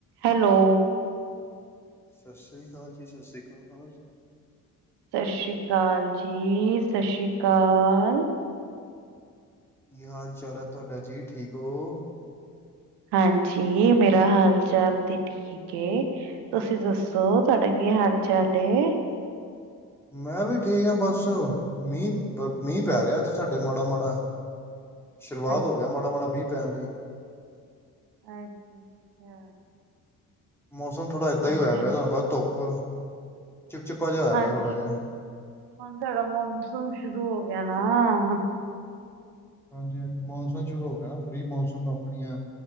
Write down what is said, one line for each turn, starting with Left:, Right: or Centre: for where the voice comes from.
Right: Hello,
Centre: ਸਸ ਰੀ ਕਾਲ ਜੀ ਸਸ ਰੀ ਕਾਲ।
Right: ਸਸ਼ ਰੀ ਕਾਲ ਜੀ ਸਸ਼ ਰੀ ਕਾਲ।
Centre: ਕੀ ਹਾਲ ਚਾਲ ਐ ਤੁਆਡਾ ਜੀ ਠੀਕ ਓਂ।
Right: ਹਾਂਜੀ, ਮੇਰਾ ਹਾਲ ਚਾਲ ਤੇ ਠੀ ਠੀਕ ਏ ਤੁਸੀਂ ਦੱਸੋ ਤੁਆਡਾ ਕੀ ਹਾਲ ਚਾਲ ਏ।
Centre: ਮੈਂ ਵੀ ਠੀਕ ਆਂ ਬਸ ਮੀਂਹ-ਮੀਂਹ ਪੈ ਰਿਆ ਏਥੇ ਸਾਡੇ ਮਾੜਾ-ਮਾੜਾ। ਸ਼ੁਰੂਆਤ
Right: ਅੱਛਾ,
Centre: ਹੋ ਗੇਆ ਮਾੜਾ-ਮਾੜਾ ਮੀਂਹ ਪੈਨ ਦੀ।
Right: ਅੱਛਾ-ਅੱਛਾ।
Centre: ਮੌਸਮ ਥੋੜ੍ਹਾ ਇੱਦਾਂ ਹੀ ਹੋਇਆ
Right: ਤੇ
Centre: ਪਿਆ, ਬਸ ਧੁੱਪ ਚਿਪਚਿੱਪਾ ਜਿਹਾ ਹੋਇਆ
Right: ਹਾਂਜੀ,
Centre: ਪਿਆ ਥੋੜ੍ਹਾ ਜਿਹਾ
Right: ਹੁਣ ਤੁਹਾਡਾ ਮੌਨਸੂਨ ਸ਼ੁਰੂ ਹੋ ਗਿਆ ਨਾ
Centre: ਹਾਂਜੀ ਹਾਂਜੀ ਮੌਨਸੂਨ ਸ਼ੁਰੂ ਹੋ ਗਿਆ ਨਾ ਪ੍ਰੀ ਮੌਨਸੂਨ ਆਪਣੀਆਂ